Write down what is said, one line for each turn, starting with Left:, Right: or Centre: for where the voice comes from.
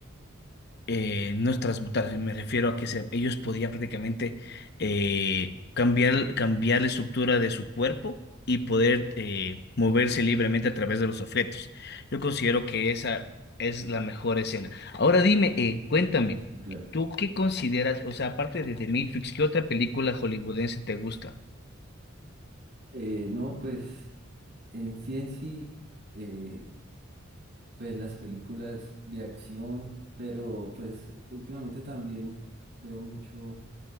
Left: eh, no es transmutar, me refiero a que se- ellos podían prácticamente eh, cambiar, cambiar la estructura de su cuerpo y poder eh, moverse libremente a través de los objetos. Yo considero que esa es la mejor escena. Ahora dime, eh, cuéntame,
Right: Sí, claro.
Left: ¿tú qué consideras, o sea, aparte de The Matrix, ¿qué otra película hollywoodense te gusta?
Right: Eh, no, pues en sí en sí, eh, pues las películas de acción, pero pues últimamente también veo mucho.